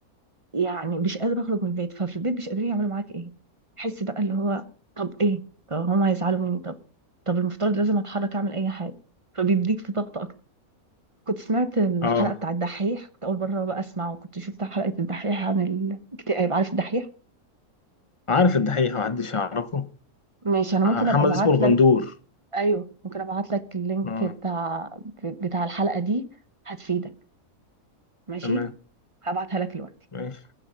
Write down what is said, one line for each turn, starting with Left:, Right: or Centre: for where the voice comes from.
Right: يعني مش قادره اخرج من البيت ففي البيت مش قادرين يعملوا معاك ايه حس بقى اللي هو طب ايه طب هم هيزعلوا مني طب طب المفترض لازم اتحرك اعمل اي حاجه فبيديك في ضغط كنت سمعت الحلقة
Left: اه
Right: بتاع الدحيح كنت أول مرة بقى أسمعه كنت شفت حلقة الدحيح عن الاكتئاب عارف الدحيح؟
Left: عارف الدحيح محدش يعرفه
Right: ماشي أنا ممكن
Left: آه، محمد
Right: أبقى أبعت
Left: اسمه الغندور
Right: لك أيوه ممكن أبعت لك اللينك
Left: اه
Right: بتاع بتاع الحلقة دي هتفيدك ماشي؟
Left: تمام
Right: هبعتها لك دلوقتي
Left: ماشي